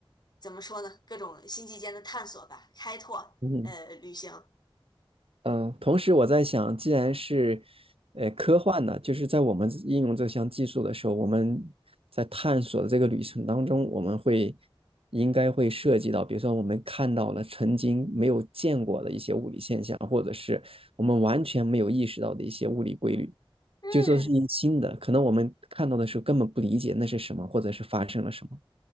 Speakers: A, on the left; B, on the right.
A: 怎么说呢？各种星际间的探索吧，开拓，
B: 嗯，
A: 呃，旅行。
B: 嗯，同时我在想，既然是呃科幻呢，就是在我们应用这项技术的时候，我们在探索的这个旅程当中，我们会应该会涉及到，比如说我们看到了曾经没有见过的一些物理现象，或者是我们完全没有意识到的一些物理规律，
A: 嗯，
B: 就说是一新的，可能我们看到的时候根本不理解那是什么，或者是发生了什么，